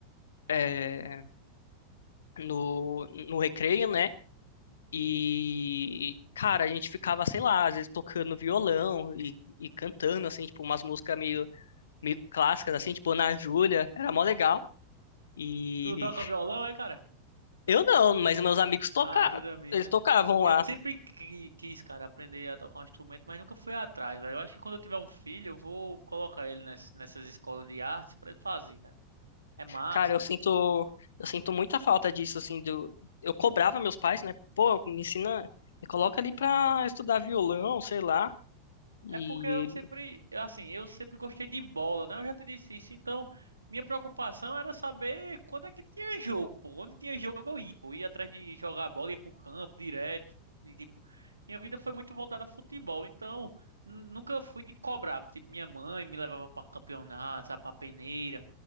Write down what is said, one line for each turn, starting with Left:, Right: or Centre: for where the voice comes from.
Left: é, no, no recreio, né? E, cara, a gente ficava, sei lá, às vezes tocando violão e, e cantando, assim, tipo, umas músicas meio, meio clássicas, assim, tipo, Ana Júlia, era mó legal. E
Right: Tu toca violão, é, cara?
Left: <laughs> eu não, mas meus amigos tocavam,
Right: Ah, seus amigos,
Left: eles
Right: né?
Left: tocavam lá.
Right: Eu sempre qui- quis, cara, aprender a tocar um instrumento, mas nunca fui atrás, velho. Eu acho que quando eu tiver um filho, eu vou colocar ele ness- nessas escolas de artes pra ele fazer, cara. É massa.
Left: Cara, eu sinto, eu sinto muita falta disso, assim, do, eu cobrava meus pais, né? Pô, me ensina, me coloca ali pra estudar violão, sei lá. E
Right: É porque eu
Left: ele,
Right: sempre, eu, assim, eu sempre gostei de bola, né? Eu já te disse isso. Então, minha preocupação era saber quando é que tinha jogo, pô. Onde tinha jogo eu ia, pô. Ia atrás de jogar a bola, ia pro campo direto. E, tipo, minha vida foi muito voltada a futebol. Então, nu- nunca fui de cobrar. Tipo, minha mãe me levava pra campeonato, sabe, pra peneira.